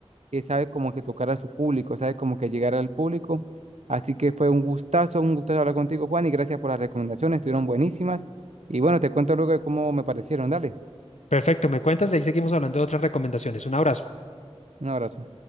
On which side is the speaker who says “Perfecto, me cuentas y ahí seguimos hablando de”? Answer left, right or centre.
Left